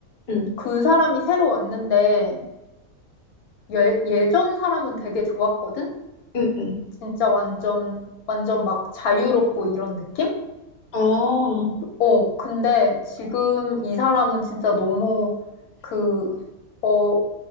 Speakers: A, on the left; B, on the left.
A: 응,
B: 그 사람이 새로 왔는데 예, 예전 사람은 되게 좋았거든.
A: 응, 응.
B: 진짜 완전 완전 막 자유롭고 이런 느낌?
A: 어,
B: 어, 근데 지금 이 사람은 진짜 너무 그, 어,